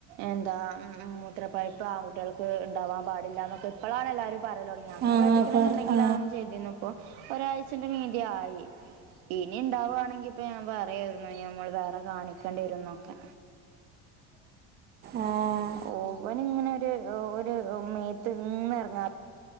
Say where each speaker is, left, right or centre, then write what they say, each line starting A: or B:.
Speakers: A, on the right; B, on the right.
A: എന്താ ഉം, ഉം മൂത്രപഴ്പ്പ് ആങ്കുട്ട്യേൾക്ക് ഇണ്ടാവാൻ പാടില്ലാന്നൊക്കെ ഇപ്പളാണ് എല്ലാരും പറയലൊട്ങ്ങ്യേ. അന്ന്
B: ആ
A: കേട്ട്ക്ണ്
B: പറ
A: ന്ന്ണ്ടെങ്കിലാങ്ങ്
B: ആ,
A: ചെയ്തീന്നു. പ്പൊ ഒരാഴ്ചന്റെ മീതെ ആയി ഇനി ഇണ്ടാവാണെങ്കി ഇപ്പ ഞാൻ പറയാ ന്നാ ഞമ്മള് വേറെ കാണിക്കണ്ട്യേരും ന്നൊക്കെ.
B: ആഹ്.
A: ഓ ഇവനിങ്ങനൊരു ഒരു മേത്ത്ന്ന് എർങ്ങാ